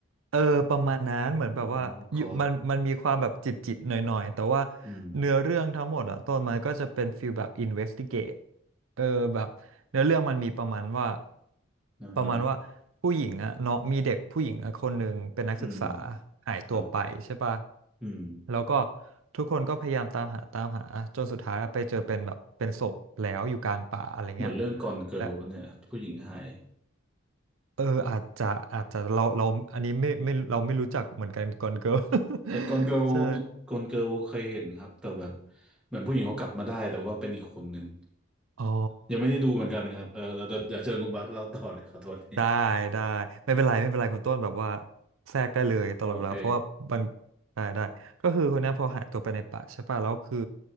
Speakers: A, on the right; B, in the centre.
A: เออประมาณนั้นเหมือนแบบว่าอยู่มันมันมีความแบบจิตจิตหน่อยๆแต่ว่า
B: อ๋อคอร์สอืม
A: เนื้อเรื่องทั้งหมดอะตอนมันก็จะเป็นฟีลแบบ investigate เออแบบเนื้อเรื่องมันมีประมาณว่า
B: นะฮะ
A: ประมาณว่าผู้หญิงอะเนาะมีเด็กผู้หญิงอะคนหนึ่งเป็นนักศึกษา
B: อืม
A: หายตัวไปใช่ปะ
B: ครับอืม
A: แล้วก็ทุกคนก็พยายามตามหาตามหาจนสุดท้ายไปเจอเป็นแบบเป็นศพแล้วอยู่กลางป่าอะไรเงี้ย
B: เหมือนเรื่องกอนเกิลวะเนี่ยผู้หญิงหาย
A: และ เอออาจจะอาจจะเราเราอันนี้ไม่ไม่เราไม่รู้จักเหมือนกันก่อนเกิร์ล
B: ไอ้กอนเกิล
A: <laughs> ใช่
B: กอนเกิลเคยเห็นครับแต่แบบเหมือนผู้หญิงเขากลับมาได้แต่ว่าเป็นอีกคนหนึ่ง
A: อ๋อ
B: ยังไม่ได้ดูเหมือนกันครับเออเดี๋ยวเดี๋ยวเดี๋ยวเชิญคุณบาสเล่าต่อเลยขอโทษที
A: ได้ได้ไม่เป็นไรไม่เป็นไรคุณต้นแบบว่าแทรกได้เลยตลอดเวลาเพราะว่าบาง
B: โอเค
A: ได้ได้ก็คือคนเนี้ยพอหายตัวไปในป่าใช่ป่ะแล้วคือ